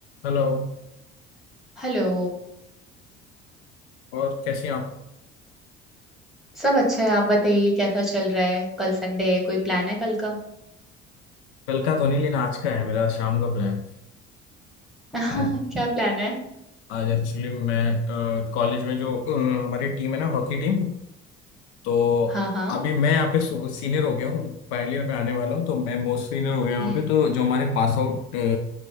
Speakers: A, on the left; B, in the centre.
A: हेलो
B: Hello
A: और कैसी हैं आप
B: सब अच्छा है आप बताइए कैसा चल रहा है कल संडे है कोई प्लान है कल का
A: कल का तो नहीं लेना आज का है मेरा शाम का प्लान
B: <laughs>
A: आज
B: क्या प्लान है
A: आज एक्चुअली मैं कॉलेज में जो अ, हमारी टीम है ना हॉकी टीम तो
B: हाँ हाँ
A: अभी मैं यहाँ पे सीनियर हो गया हूँ फाइनल ईयर में आने वाला हूँ तो मैं मोस्ट सीनियर हो गया यहाँ
B: हम्म
A: पे तो जो हमारे पास आउट